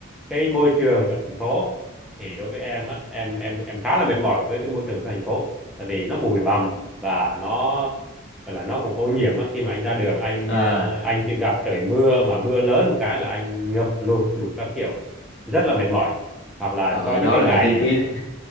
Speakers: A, in the centre; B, on the left.
A: cái môi trường ở thành phố thì đối với em á em em em khá là mệt mỏi với cái môi trường thành phố tại vì nó bụi bặm và nó gọi là nó cũng ô nhiễm á khi mà anh ra đường anh
B: à
A: ờ, anh chỉ gặp trời mưa mà mưa lớn một cái là anh ngập lụt đủ các kiểu rất là mệt mỏi hoặc là
B: rồi
A: có những
B: đó
A: cái
B: là
A: ngày
B: chi phí đấy.